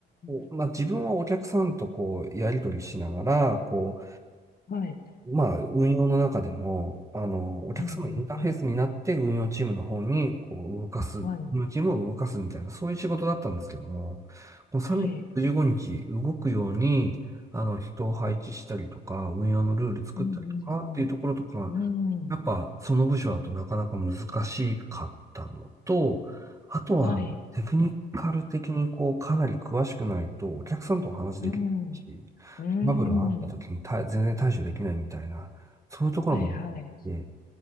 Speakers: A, on the right; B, on the left.
A: こうまあ、
B: ん。
A: 自分はお客さんとこう、やり取りしながら、こ
B: はい。
A: まあ、運用の中でも、あの、お客様のインターフェースになって運用チームの方に、
B: うん、うん、うん。
A: こう、動かす、
B: はい。
A: 運用チームを動かすみたいな、そういう仕事だったんですけども、この365日動くように、
B: はい。
A: あの、人を配置したりとか、運用のルール作ったりとかっていうところとか、
B: うんうんうん。うん。
A: やっぱ、その部署だとなかなか難しかったのと、あとは、
B: はい。
A: テクニカル的に、こう、かなり詳しくないと、お客さんとお話できないし、
B: うん。うん。
A: バブルがあった時に対全然対処できないみたいな、そういうところもあって、
B: はいはい。